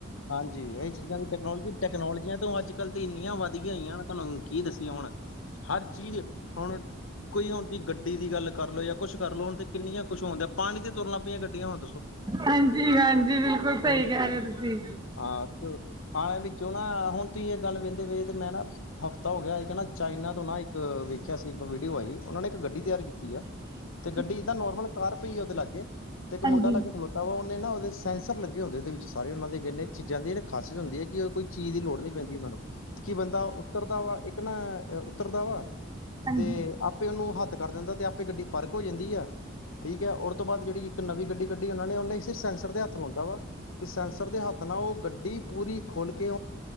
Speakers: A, on the left; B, on the right.
A: ਹਾਂਜੀ। ਇਹ ਚੀਜ਼ਾਂ ਦੀ ਟੈਕਨੋਲਜੀ ਟੈਕਨੋਲੋਜੀਆਂ ਤੋਂ ਅੱਜ ਕੱਲ੍ਹ ਤੇ ਇੰਨੀਆਂ ਵੱਧ ਗਈ ਹੋਈਆਂ ਤੁਹਾਨੂੰ ਕੀ ਦੱਸੀ ਹੁਣ। ਹਰ ਚੀਜ਼ ਹੁਣ। ਕੋਈ ਹੁਣ ਦੀ ਗੱਡੀ ਦੀ ਗੱਲ ਕਰ ਲੋ ਜਾਂ ਕੁਛ ਕਰ ਲਓ ਹੁਣ ਤੇ ਕਿੰਨੀਆਂ ਕੁੱਛ ਹੁੰਦਾ ਪਾਣੀ ਤੇ ਤੁਰਨਾ ਪਈਆਂ ਗੱਡੀਆਂ ਹੁੰ।
B: ਹਾਂਜੀ, ਹਾਂਜੀ। ਬਿਲਕੁਲ
A: ਹੁਣ
B: ਸਹੀ ਕਹਿ ਰਹੇ ਤੁਸੀਂ।
A: ਹਾਂ ਤੇ ਆਂ ਵਿੱਚੋਂ ਨਾ ਹੁਣ ਤੁਸੀਂ ਇਹ ਗੱਲ ਵਹਿੰਦੇ ਵ ਤੇ ਮੈਂ ਨਾ ਹਫ਼ਤਾ ਹੋ ਗਿਆ ਕਹ ਨਾ ਚਾਈਨਾ ਤੋਂ ਨਾ ਇੱਕ ਵੇਖਿਆ ਸੀ ਇੱਕ ਵੀਡੀਓ ਆਈ ਉਹਨਾਂ ਨੇ ਇੱਕ ਗੱਡੀ ਤਿਆਰ ਕੀਤੀ ਆ।
B: <inaudible>
A: ਤੇ ਗੱਡੀ ਜਿੱਦਾਂ ਨੋਰਮਲ ਤਾਰ ਪਈ ਉਹਦੇ ਲਾ ਗਏ ਤੇ ਇੱਕ
B: ਹਾਂਜੀ
A: ਮੁੰਡਾ ਲਾਗੇ ਖਲੋ ਤਾਂ ਉਹਨੇ ਨਾ ਉਹਦੇ ਸੈਂਸਰ ਲੱਗੇ ਹੁੰਦੇ ਉਹਦੇ ਵਿੱਚਾਰੇ ਉਹਨਾਂ ਦੇ ਚੀਜਾਂ ਦੀ ਖਾਸੀਅਤ ਹੁੰਦੀ ਹੈ ਕਿ ਉਹ ਕੋਈ ਚੀਜ਼ ਦੀ ਲੋੜ ਨੀ ਪੈਂਦੀ ਉਹਨਾਂ ਨੂੰ ਤੇ ਕੀ ਬੰਦਾ ਉੱਤਰਦਾ ਵਾ ਇੱਕ ਨਾ ਉੱਤਰਦਾ ਵਾ
B: ਹਾਂਜੀ
A: ਤੇ ਆਪੇ ਉਹਨੂੰ ਹੱਥ ਕਰ ਦਿੰਦਾ ਤੇ ਆਪੇ ਗੱਡੀ ਪਾਰਕ ਹੋ ਜਾਂਦੀ ਹੈ ਠੀਕ ਆ ਉਹ ਤੋਂ ਬਾਅਦ ਜਿਹੜੀ ਇੱਕ ਨਵੀਂ ਗੱਡੀ ਕੱਢੀ ਉਹ ਨੇ ਸੀ ਸੈਂਸਰ ਹੱਥ ਲਾਉਦਾ ਵਾ ਤੇ ਸੈਂਸਰ ਦੇ ਹੱਥ ਨਾ ਉਹ ਗੱਡੀ ਪੂਰੀ ਖੋਲ ਕੇ